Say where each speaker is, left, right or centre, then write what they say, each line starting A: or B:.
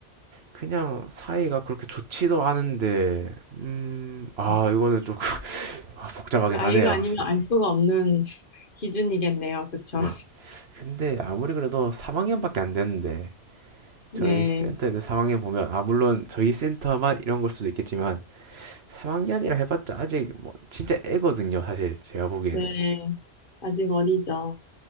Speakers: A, on the right (about 75°); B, on the left (about 55°).
A: 그냥 사이가 그렇게 좋지도 않은데 음, 아
B: <laughs>
A: 이거는 조금 <laughs> 아, 복잡하긴
B: 그 아이가
A: 하네요
B: 아니면
A: 확실히.
B: 알 수가 없는 <laughs> 기준이겠네요. 그쵸?
A: 네. 근데 아무리 그래도 3학년밖에 안 됐는데
B: 네,
A: 저희 센터 애들 3학년 보면 아 물론 저희 센터만 이런 걸 수도 있겠지만 3학년이라 해봤자 아직 뭐 진짜 애거든요 사실 제가 보기에는
B: 네. 아직 어리죠.